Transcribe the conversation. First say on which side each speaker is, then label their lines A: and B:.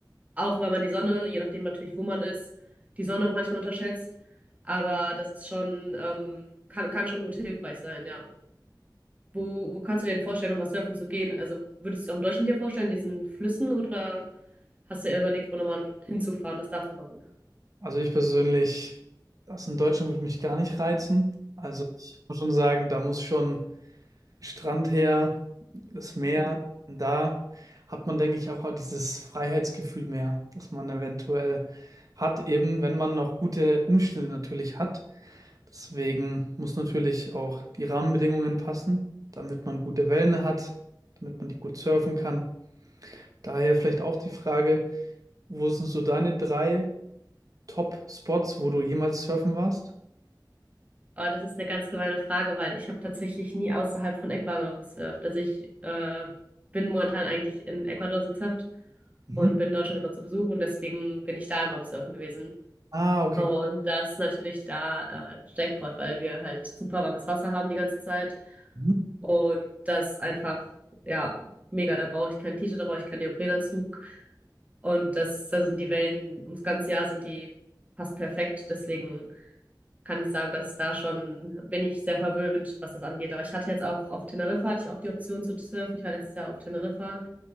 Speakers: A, on the right; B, on the right.
A: auch, weil man die Sonne, je nachdem natürlich, wo man ist, die Sonne auch manchmal unterschätzt. Aber das ist schon, ähm, kann, kann schon gut hilfreich sein, ja. Wo, wo kannst du dir denn vorstellen, nochmal surfen zu gehen? Also würdest du es auch in Deutschland dir vorstellen, diesen Flüssen, oder hast du eher überlegt, wo nochmal hinzufahren, das da zu machen?
B: Also ich persönlich, das in Deutschland würde mich gar nicht reizen. Also ich muss schon sagen, da muss schon Strand her, das Meer.
A: <laughs>
B: Und da hat man, denke ich, auch dieses Freiheitsgefühl mehr, das man eventuell hat, eben wenn man noch gute Umstände natürlich hat. Deswegen muss natürlich auch die Rahmenbedingungen passen, damit man gute Wellen hat, damit man die gut surfen kann. Daher vielleicht auch die Frage, wo sind so deine drei Top-Spots, wo du jemals surfen warst?
A: Oh, das ist eine ganz gemeine Frage, weil ich habe tatsächlich nie außerhalb von Ecuador gesurft. Also ich äh, bin momentan eigentlich in Ecuador sitzhaft
B: Mhm.
A: und bin in Deutschland immer zu Besuch und deswegen bin ich da immer am Surfen gewesen.
B: Ah, okay.
A: Und das ist natürlich da äh, Jackpot, weil wir halt super warmes Wasser haben die ganze Zeit
B: Mhm.
A: und das einfach, ja, mega. Da brauche ich kein T-Shirt, da brauche ich keinen Neoprenanzug und das ist, da sind die Wellen ums ganze Jahr sind die fast perfekt. Deswegen kann ich sagen, dass da schon bin ich sehr verwöhnt, was das angeht. Aber ich hatte jetzt auch auf Teneriffa, hatte ich auch die Option zu surfen. Ich war letztes Jahr auf Teneriffa